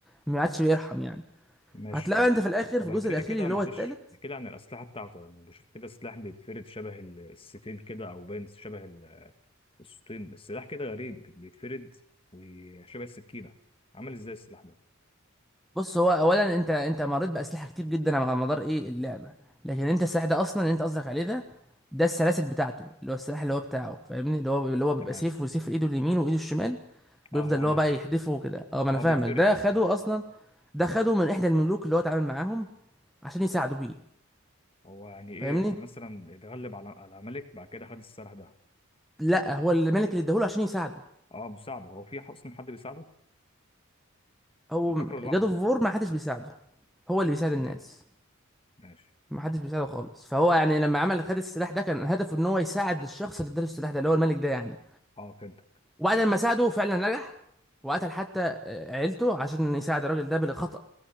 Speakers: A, in the centre; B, on the left (about 25°).
A: ما عادش بيرحم يعني
B: ماشي
A: هتلاقي
B: حلو
A: بقى انت في الاخر
B: طب
A: في الجزء
B: احكي
A: الاخير
B: لي كده
A: اللي
B: معلش
A: هو التالت
B: احكي لي عن الاسلحه بتاعته انا بشوف كده سلاح بيتفرد شبه ال- السيفين كده او باين شبه ال- السطين السلاح كده غريب بيتفرد وشبه السكينه عامل ازاي السلاح ده
A: بص هو اولا انت انت مريت باسلحه كتير جدا على مدار ايه اللعبه لكن انت السلاح ده اصلا اللي انت قصدك عليه ده ده السلاسل بتاعته اللي هو السلاح اللي هو بتاعه فاهمني اللي هو اللي هو بيبقى
B: تمام
A: سيف وسيف في ايده اليمين وايده الشمال بيفضل
B: اه هو
A: اللي
B: ده
A: هو بقى يحدفه كده اه ما انا
B: اه
A: فاهمك
B: بيتفرد
A: ده خده
B: اه
A: اصلا ده خده من احدى الملوك اللي هو اتعامل معاهم عشان يساعده بيه
B: هو يعني ايه
A: فاهمني
B: مثلا اتغلب على على ملك بعد كده خد السلاح ده
A: لا هو الملك اللي اداهوله عشان يساعده
B: اه مساعده هو في اصلا حد بيساعده
A: هو
B: انا فاكره لوحده
A: جاد اوف وور ما حدش بيساعده هو اللي بيساعد الناس
B: تمام ماشي
A: ما حدش بيساعده خالص فهو يعني لما عمل خد السلاح ده كان هدفه ان هو يساعد الشخص اللي اداله السلاح ده اللي هو الملك ده يعني
B: اه فهمت
A: وبعد ما ساعده فعلا نجح وقتل حتى آه، عيلته عشان يساعد الراجل ده بالخطأ